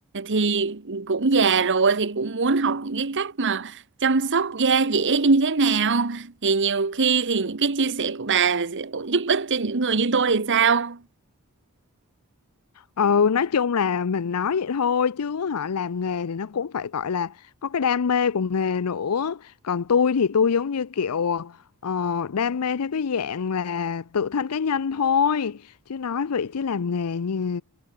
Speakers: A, on the right (about 55°); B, on the left (about 85°).
A: thì cũng già rồi thì cũng muốn học những cái cách mà chăm sóc da dẻ như thế nào thì nhiều khi thì những cái chia sẻ của bà sẽ giúp ích cho những người như tôi thì sao?
B: Ừ, nói chung là mình nói vậy thôi chứ họ làm nghề thì nó cũng phải gọi là có cái đam mê của nghề nữa. Còn tôi thì tôi giống như kiểu ờ, đam mê theo cái dạng là tự thân cá nhân thôi. Chứ nói vậy chứ làm nghề như